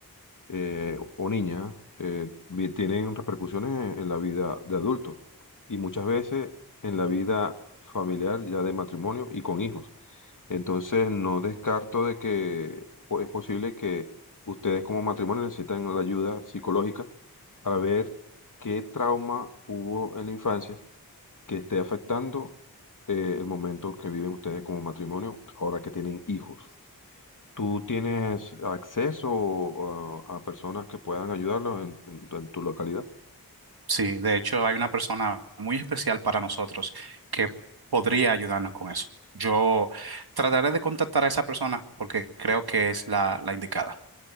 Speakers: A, on the left (about 55°); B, on the right (about 85°).
A: eh, o niña eh, vi- tienen repercusiones en, en la vida de adulto y muchas veces en la vida familiar ya de matrimonio y con hijos. Entonces no descarto de que po- es posible que ustedes como matrimonio necesitan la ayuda psicológica para ver qué trauma hubo en la infancia que esté afectando eh, el momento que viven ustedes como matrimonio ahora que tienen hijos. ¿Tú tienes acceso uh, a, personas que puedan ayudarlos en, en- en tu localidad?
B: Sí, de hecho hay una persona muy especial para nosotros que podría ayudarnos con eso. Yo trataré de contactar a esa persona porque creo que es la, la indicada.